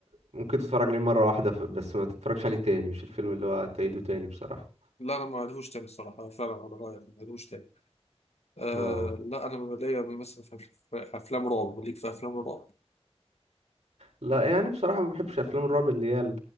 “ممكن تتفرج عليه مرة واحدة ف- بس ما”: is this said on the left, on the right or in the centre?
Right